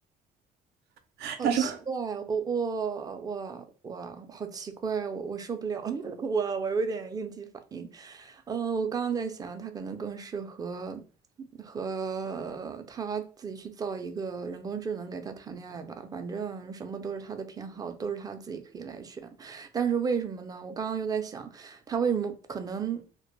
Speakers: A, on the right; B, on the right.
A: <laughs>
B: 好奇怪，
A: 他说
B: 我我我我好奇怪，我我受不了，<laughs> 我我有点应激反。嗯，我刚刚在想，他可能更适合和他自己去造一个人工智能给他谈恋爱吧。反正什么都是他的偏好，都是他自己可以来选。但是为什么呢？我刚刚又在想，他为什么可能